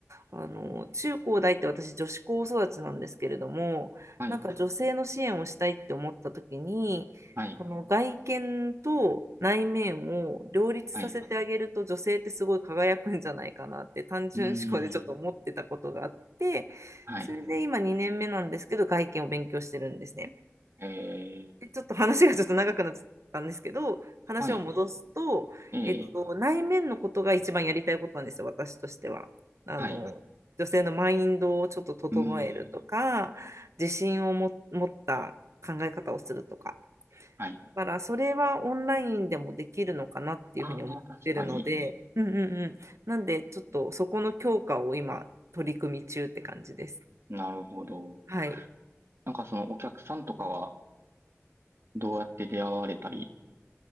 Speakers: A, on the right; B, on the right.
A: あの、中高大って私女子高育ちなんですけれども、
B: はい。
A: なんか女性の支援をしたいって思った時に、
B: はい。
A: この外見と内面を両立させてあげると女性ってすごい輝くんじゃないかなって単純思考でちょっと思ってたことがあって、
B: はい。うん、はい。
A: それで今2年目なんですけど外見を勉強してるんですね。
B: ええ。
A: で、ちょっと話がちょっと長くなっちゃったんですけど、話を戻すと、
B: はい。ええ、
A: えっと、内面のことが一番やりたいことなんですよ、私としては。あの、
B: はい。
A: 女性のマインドをちょっと整えるとか、
B: うーん。
A: 自信をも持った考え方をするとか。
B: はい。
A: だからそれはオンラインでもできるのかなっていうふうに思ってるので、
B: ああ、確かに
A: うんうんうん。なんでちょっとそこの強化を今取り組み中って感じです。
B: なるほど。
A: はい。
B: なんかそのお客さんとかはどうやって出会われたり